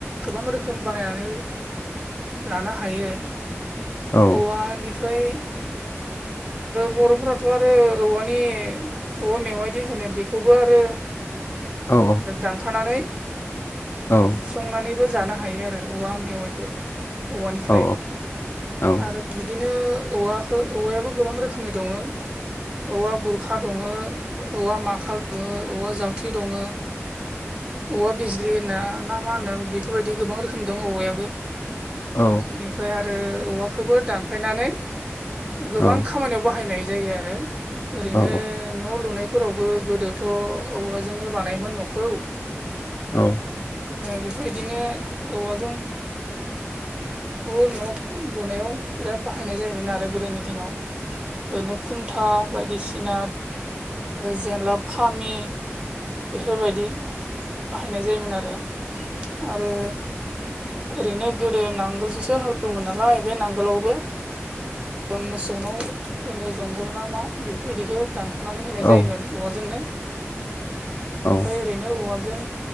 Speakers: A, on the right (about 25°); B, on the left (about 55°).
A: गोबां रोखोम बानायनानै लानो हायो
B: औ
A: औवानिफ्राय बर'फोराथ' आरो औवानि औा मेवायदि होनो बेखौबो आरो
B: औ
A: दानखानानै।
B: औ।
A: संनानैबो जानो हायो आरो औवा मेवाइखौ औवानिफ्राय
B: औ औ
A: आरो बिदिनो औवाखौ औवायाबो गोबां रोखोमनि दङ। औवा बुरखा दङ औवा माखाल दङ औवा जावथि दङ। औवा बिजलि होनना ना मा होनो बेफोरबायदि गोबां रोखोम दं औवायाबो
B: औ
A: बेनिफ्राय आरो औवखौबो दानफायनानै गोबां।
B: औ
A: खामानियाव बाहायनाय जायो आरो ओरैनो।
B: औ
A: न' लुनायफोरावबो गोदोथ' औवाजोंनो बानायोमोन न'खौ।
B: औ
A: बेफोरबायदिनो औवाजों। ब न' लुनायाव बिराद बाहायनाय जायोमोन आरो गोदोनि दिनाव ओरैनो खुन्था बायदिसिना। जेनलाब खामि बेफोरबायदि बाहायनाय जायोमोन आरो आरो। ओरैनो गोदो नांगोलजोंसो हालवमोन नालाय बे नांगोलावबो मोसौनाव होनो जंगल ना मा बेफोरबायदिखौ दानख'नानै होनाय जायोमोन
B: औ
A: औवाजोंनो
B: औ
A: ओमफ्राय ओरैनो औवाजों